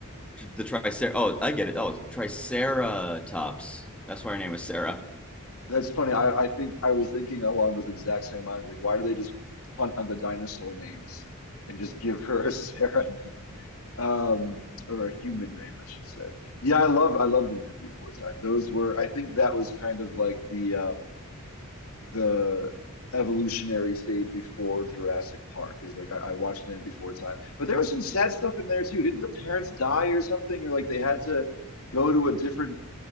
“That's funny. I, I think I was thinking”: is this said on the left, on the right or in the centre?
Left